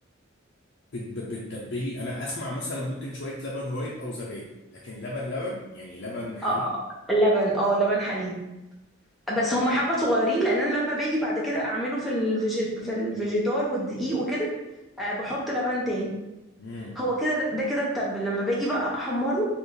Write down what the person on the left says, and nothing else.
بت- بتتبلي انا اسمع مثلا ممكن شويه لبن رايب او زبادي لكن لبن لبن يعني لبن حليب
امم